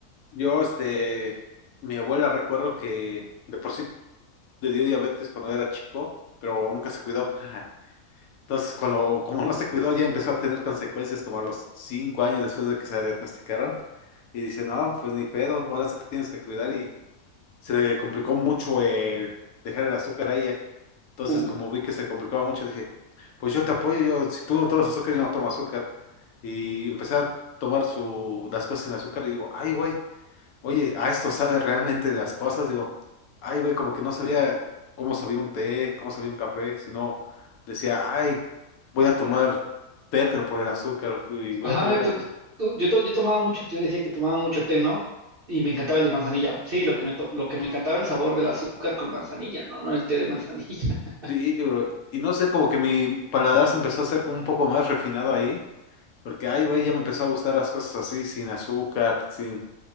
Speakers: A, on the left; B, on the right.
A: Yo, este, mi abuela recuerdo que de por sí le dio diabetes cuando era chico, pero nunca se cuidó. <laughs> Entonces, cuando, como no se cuidó, ya empezó a tener consecuencias como a los cinco años después de que se la diagnosticaron. Y dice, no, pues ni pedo, ahora se te tienes que cuidar. Y se le complicó mucho el dejar el azúcar a ella. Entonces,
B: <laughs>
A: como vi que se complicaba mucho, dije, pues yo te apoyo, yo, si tú no tomas azúcar, yo no tomo azúcar. Y empecé a tomar su, las cosas sin azúcar y digo, ay, güey Oye, a esto sabe realmente de las cosas, digo, ay, güey, como que no sabía cómo sabía un té, cómo sabía un café, sino decía, ay, voy a tomar té, pero por el azúcar, y voy
B: Ajá,
A: a tomar esto.
B: to- to- yo, to- yo tomaba mucho, yo decía que tomaba mucho té, ¿no? Y me encantaba el de manzanilla. Sí, lo que me, to- lo que me encantaba el sabor del azúcar con manzanilla, ¿no? No el té de manzanilla. <laughs>
A: Sí, bro, y no sé, como que mi paladar se empezó a hacer como un poco más refinado ahí, porque, ay, güey, ya me empezó a gustar las cosas así, sin azúcar, sin...